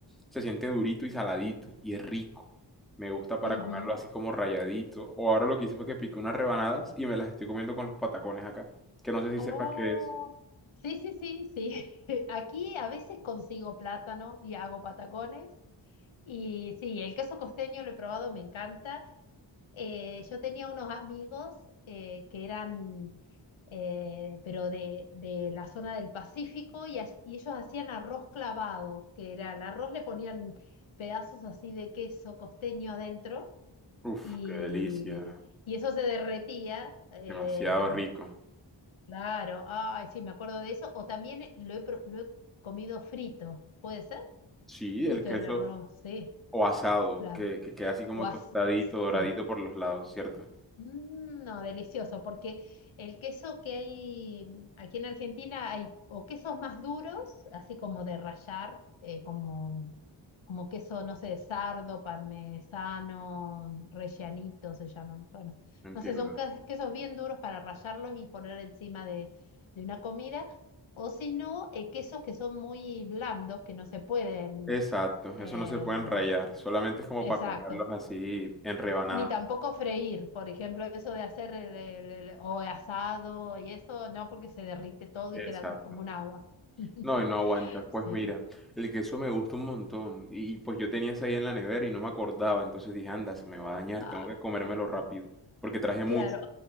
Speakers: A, in the centre; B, on the left (about 75°).
A: se siente durito y saladito y es rico. Me gusta para
B: Ujú.
A: comerlo así como rayadito. O ahora lo que hice fue que piqué unas rebanadas y me las estoy comiendo con los patacones acá. Que no sé si
B: Oh,
A: sepas qué es.
B: sí, sí, sí, sí. <laughs> Aquí a veces consigo plátano y hago patacones. Y sí, el queso costeño lo he probado, me encanta. Eh, yo tenía unos amigos eh, que eran, eh, pero de, de la zona del Pacífico, y, as- y ellos hacían arroz clavado, que era el arroz, le ponían pedazos así de queso costeño adentro,
A: Uf,
B: y,
A: qué delicia.
B: y eso se derretía. eh,
A: Demasiado rico.
B: claro, ay, sí, me acuerdo de eso. O también lo he, pro- lo he comido frito, ¿puede ser?
A: Sí,
B: Frito
A: el queso
B: el arroz, sí,
A: o asado,
B: claro.
A: que, que queda así como
B: O as-
A: tostadito, doradito
B: sí.
A: por los lados, ¿cierto?
B: Mm, No, delicioso, porque el queso que hay aquí en Argentina hay o quesos más duros, así como de rallar, eh, como, como queso, no sé, de sardo, parmesano, rellanito se llaman. Bueno,
A: Entiendo.
B: no sé, son que- quesos bien duros para rallarlos y poner encima de, de una comida, o si no, eh, quesos que son muy blandos, que no se pueden...
A: Exacto,
B: eh,
A: eso no se pueden rayar, solamente es como
B: Exacto.
A: para comerlos así en rebanadas.
B: Ni tampoco freír, por ejemplo, eso de hacer el, el- el- o asado y eso, no, porque se derrite todo
A: Exacto.
B: y queda como un agua. <laughs>
A: No, y no aguanta. Pues
B: Sí.
A: mira, el queso me gusta un montón. Y pues yo tenía ese ahí en la nevera y no me acordaba. Entonces dije, anda, se me va a dañar,
B: Ah,
A: tengo que comérmelo rápido. Porque traje mucho.
B: claro.